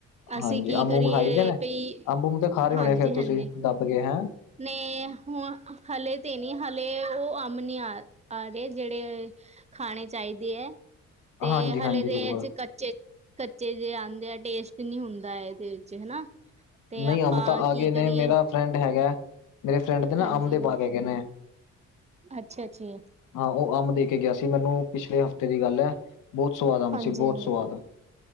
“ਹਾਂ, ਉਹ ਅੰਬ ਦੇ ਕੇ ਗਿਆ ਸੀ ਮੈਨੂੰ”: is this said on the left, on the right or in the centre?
Left